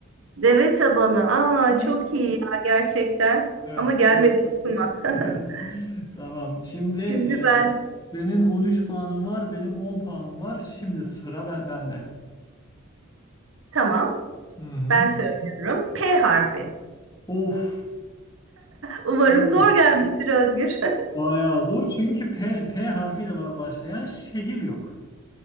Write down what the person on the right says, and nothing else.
Deve tabanı. Aa
çok iyi ya gerçekten.
Ama gelmedi
aklıma. <laughs>
Şimdi ben
tamam
ben söylüyorum. P harfi.
Umarım
zor gelmiştir Özgür. <laughs>